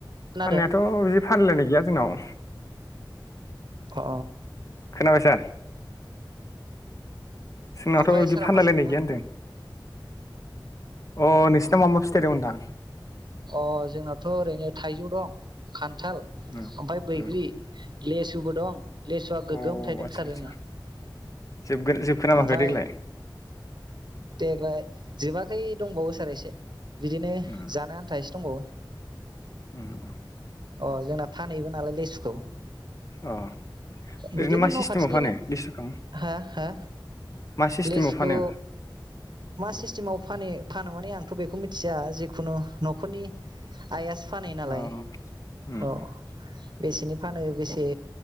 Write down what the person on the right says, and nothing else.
खोनादों
अ
ओमफ्राय
सारा
मा सोंदोंमोन
अ जोंनाथ' ओरैनो थाइजौ दं खान थाल
ओमफ्राय बैग्रि
लेसुबो दं। लेसुआ
गोगगोम थाइदों
सार
जोंना
ओमफ्राय
देग्लाय जोबाखै दंबावो सार एसे बिदिनो
जानो आन्था एसे दंबावो।
अ जोंना फानहैबो नालाय लेसुखौ।
बिदिनो
न'
खाथिनि
हा हा
लेसुखौ
मा सिस्टेमाव फानो फानो माने आंथ' बेखौ मिथिया जेखुनु न'खरनि आइयासो फानहै नालाय
अह। बेसेनि फानो बेसे